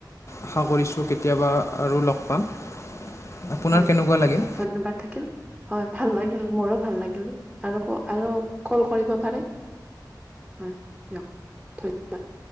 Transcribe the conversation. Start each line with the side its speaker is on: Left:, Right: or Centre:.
Centre: উ
Left: আশা কৰিছোঁ কেতিয়াবা আৰু লগ পাম আপোনাৰ
Centre: হয়
Left: কেনেকুৱা লাগিল
Centre: ধন্যবাদ থাকিল। হয় ভাল লাগিল মোৰো ভাল লাগিল আৰু আৰু কল কৰিব পাৰে হয় দিয়ক ধন্যবাদ